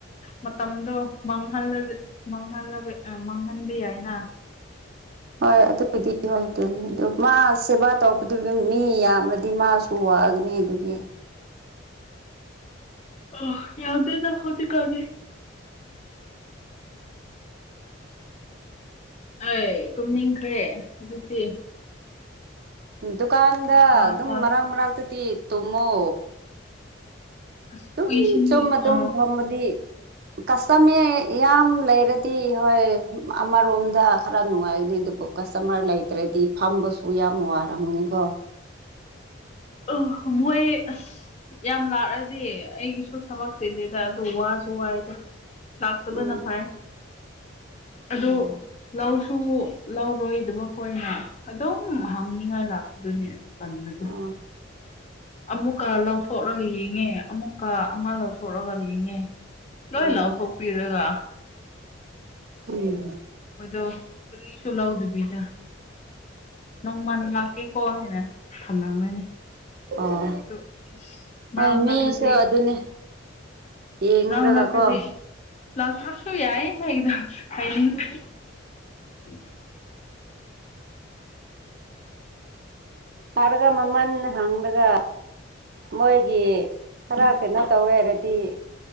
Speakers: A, on the left; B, on the right.
A: ꯃꯇꯝꯗꯣ ꯃꯥꯡꯍꯜꯂ ꯃꯥꯡꯍꯜꯂ ꯃꯥꯡꯍꯟꯕ ꯌꯥꯏꯅ
B: ꯍꯣꯏ ꯑꯗꯨꯏꯗꯤ ꯍꯣꯏ ꯑꯗꯨꯅꯤ ꯑꯗꯨ ꯃꯥ ꯁꯦꯕꯥ ꯇꯧꯔꯛꯄꯗꯨ ꯃꯤ ꯌꯥꯝꯔ꯭ꯗꯤ ꯃꯥꯁꯨ ꯄꯒꯅꯤ ꯑꯗꯨꯒꯤ
A: ꯑ ꯌꯥꯗꯦꯗ ꯍꯧꯖꯤꯛ ꯀꯥꯟꯗꯤ ꯑꯩ ꯇꯨꯝꯅꯤꯡꯈ꯭ꯔꯦ ꯍꯧꯖꯤꯛꯇꯤ
B: ꯗꯨꯀꯥꯟꯗ
A: ꯅꯨꯡꯁꯥ
B: ꯑꯗꯨꯝ
A: ꯁꯥꯕꯒꯤ
B: ꯃꯔꯛ ꯃꯔꯛꯇꯗꯤ ꯇꯨꯝꯃꯣ
A: ꯑꯁ
B: ꯑꯗꯨꯝ
A: ꯎꯏꯁꯤꯟ
B: ꯆꯨꯝꯃ ꯑꯗꯨꯝ
A: ꯑ
B: ꯊꯝꯃꯗꯤ ꯀꯁꯇꯝꯃꯦ ꯌꯥꯝ ꯂꯩꯔꯗꯤ ꯍꯣꯏ ꯑꯃꯔꯣꯝꯗ ꯈꯔ ꯅꯨꯡꯉꯥꯏꯒꯅꯤ ꯀꯁꯇꯃꯔ ꯂꯩꯇ꯭ꯔꯗꯤ ꯐꯝꯕꯁꯨ ꯌꯥꯝ ꯋꯥꯔꯝꯅꯤꯀꯣ
A: ꯑ ꯃꯣꯏ ꯑ ꯌꯥꯝ ꯂꯥꯛꯑꯗꯤ ꯑꯩꯒꯤꯁꯨ ꯊꯕꯛ ꯆꯤꯜꯂꯦꯗꯥ ꯑꯗꯨ ꯋꯥꯁꯨ ꯋꯥꯏꯗ ꯂꯥꯛꯇꯕꯅ
B: ꯎꯝ
A: ꯐꯥꯏ ꯑꯗꯨ
B: ꯎꯝ
A: ꯂꯧ ꯁꯨ ꯂꯧꯔꯣꯏꯗꯕ ꯈꯣꯏꯅ ꯑꯗꯨꯝ ꯍꯪꯅꯤꯡꯉꯥꯏ ꯂꯥꯛꯄꯗꯨꯅꯦ ꯇꯗ
B: ꯑꯣ
A: ꯑꯃꯨꯛꯀ ꯂꯧꯊꯣꯛꯂꯒ ꯌꯦꯡꯉꯦ ꯑꯃꯨꯛꯀ ꯑꯃ ꯂꯧꯊꯣꯛꯂꯒ ꯌꯦꯡꯉꯦ ꯂꯣꯏ
B: ꯎꯝ
A: ꯂꯥꯎꯊꯣꯛꯄꯤꯔꯒ
B: ꯎꯝ
A: ꯃꯣꯏꯗ ꯀꯔꯤꯁꯨꯨ ꯂꯥꯎꯗ ꯄꯤꯖꯥ ꯅꯪ ꯃꯟ ꯂꯥꯛꯀꯦ ꯀꯣꯦꯅꯦ ꯊꯝꯂꯝꯅꯤ
B: ꯑꯣ
A: ꯑ ꯑ ꯃꯥꯡꯗꯥꯪꯗꯗꯤ
B: ꯍꯣꯏ ꯃꯤꯁꯨ ꯑꯗꯨꯅꯦ ꯌꯦꯡꯔꯒꯀꯣ
A: ꯎ ꯂꯇꯗꯤꯦ ꯂꯥꯎ ꯇ꯭ꯔꯣꯁꯨꯨ ꯌꯥꯏ ꯍꯥꯏꯥꯏ ꯎꯝ
B: ꯈꯔꯒ ꯃꯃꯟ ꯍꯪꯂꯥꯒ ꯃꯣꯏꯒꯤ ꯈꯔ ꯀꯩꯅꯣ ꯇꯧꯋꯦꯔꯗꯤ